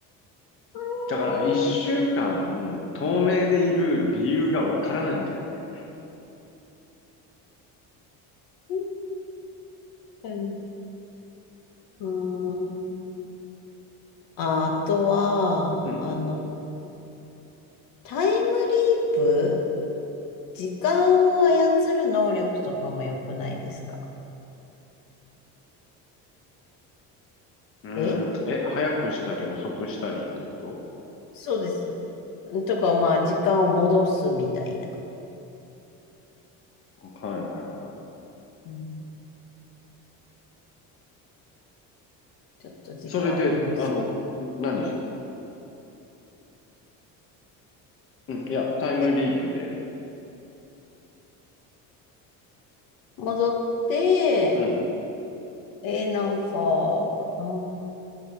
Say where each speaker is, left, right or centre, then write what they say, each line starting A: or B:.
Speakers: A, on the left; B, on the left.
A: う
B: だから一週間、透明でいる理由がわからないんだよね。
A: ーん。確かに。うーん。あ、あとは、
B: うんうん。
A: あの、タイムリープ時間を操る能力とかも良くないですか
B: うん。
A: え
B: え、早くしたり遅くしたりってこと
A: そうですよ。とか、まあ、時間を戻すみたいな。
B: はいはいはい。
A: うん、ちょっと時間を戻して。
B: それで、あの、ん何するのうん。いや、タイムリープで、
A: ん戻って、
B: うん。
A: えーなんか、なん